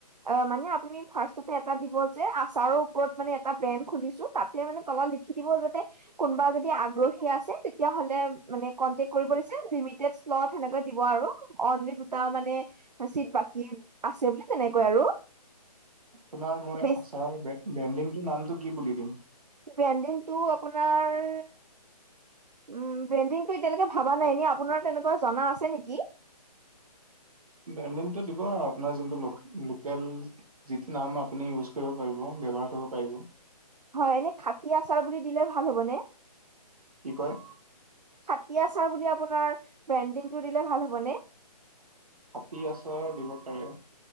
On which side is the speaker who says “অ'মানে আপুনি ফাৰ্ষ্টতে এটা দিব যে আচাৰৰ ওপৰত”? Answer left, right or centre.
Right